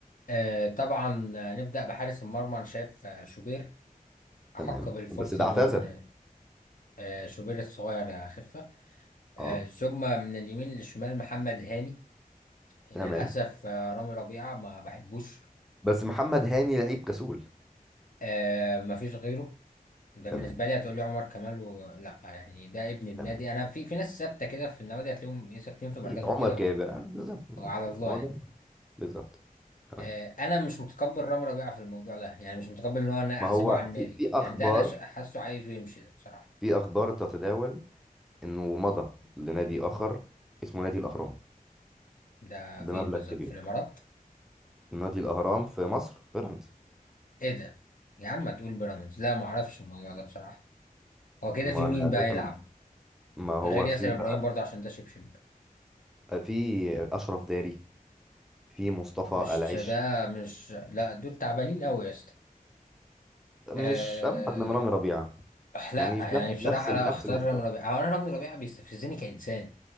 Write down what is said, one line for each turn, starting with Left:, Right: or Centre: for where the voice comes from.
Left: آه طبعا آه، نبدأ بحارس المرمى انا شايف آه شوبير أحق
Centre: تمام
Left: بالفرصة
Centre: بس ده اعتزل
Left: من آه شوبير الصغير يا خفة آه
Centre: اه
Left: ثم من اليمين للشمال محمد هاني للأسف
Centre: تمام
Left: آه رامي ربيعة ما بحبوش
Centre: بس محمد هاني لعيب كسول
Left: آه ما فيش غيره ده
Centre: تمام
Left: بالنسبة لي هتقول لي عمر كمال و... لا يعني ده ابن النادي
Centre: تمام
Left: انا في في ناس ثابتة كده في النوادي هتلاقيهم ثابتين في
Centre: اكيد
Left: مركزهم
Centre: عمر
Left: كده
Centre: جابر
Left: و...
Centre: آه، بالظبط بالظبط
Left: وعلى الله
Centre: بالظبط هو
Left: يعني
Centre: ده بالظبط تمام
Left: آه، انا مش متقبل رامي ربيعه في الموضوع ده يعني مش متقبل ان هو انا
Centre: ما
Left: احسبه
Centre: هو
Left: على
Centre: تمام
Left: النادي
Centre: في في اخبار
Left: يعني ده انا ش- حاسه عايزه يمشي ده بصراحه
Centre: في اخبار تتداول انه مضى لنادي اخر اسمه نادي الاهرام
Left: ده
Centre: بمبلغ
Left: فين بالظبط
Centre: كبير
Left: في الامارات
Centre: نادي الأهرام في مصر بيراميدز
Left: ايه ده يا عم ما تقول بيراميدز لا ما اعرفش الموضوع ده بصراحه هو كده
Centre: ما
Left: في مين
Centre: أنا
Left: بقى
Centre: لازم
Left: يلعب
Centre: ما هو
Left: غير ياسر
Centre: في
Left: ابراهيم
Centre: بقى
Left: برضه عشان ده شبشب
Centre: في أشرف داري في مصطفى
Left: مش
Centre: العش
Left: ده مش لا دول تعبانين قوي يا اسطى
Centre: مش
Left: أه...
Centre: أبعد من رامي ربيعة
Left: لا
Centre: يعني
Left: يعني
Centre: في نفس
Left: بصراحه
Centre: نفس ال-
Left: لا
Centre: نفس
Left: اختار
Centre: المستوى
Left: رامي ربيعه هو انا رامي ربيعه بيستفزني كانسان